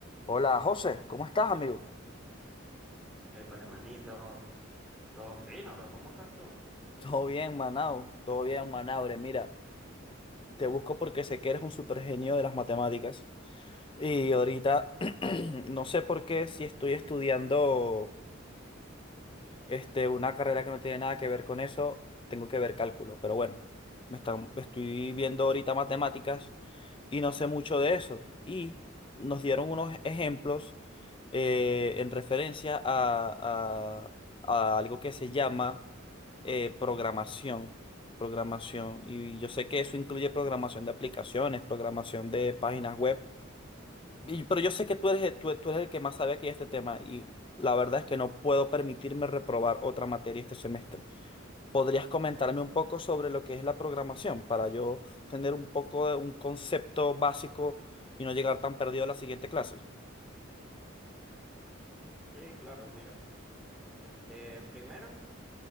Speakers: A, on the left; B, in the centre.
A: Hola José, ¿cómo estás, amigo?
B: Épale, manito, todo fino, bro. ¿Cómo estás tú?
A: Todo bien, Manao, todo bien, Manabre. Mira, te busco porque sé que eres un super genio de las matemáticas. Y ahorita <clears throat> no sé por qué, si estoy estudiando este, una carrera que no tiene nada que ver con eso, tengo que ver cálculo. Pero bueno, me están, estoy viendo ahorita matemáticas y no sé mucho de eso. Y nos dieron unos ejemplos eh, en referencia a, a- a algo que se llama eh, programación. Programación. Y yo sé que eso incluye programación de aplicaciones, programación de páginas web. Y- pero yo sé que tú eres, el- tú, tú eres el que más sabe aquí de este tema y la verdad es que no puedo permitirme reprobar otra materia este semestre. ¿Podrías comentarme un poco sobre lo que es la programación para yo tener un poco de un concepto básico y no llegar tan perdido a la siguiente clase?
B: Sí, claro, mira. Este, primero,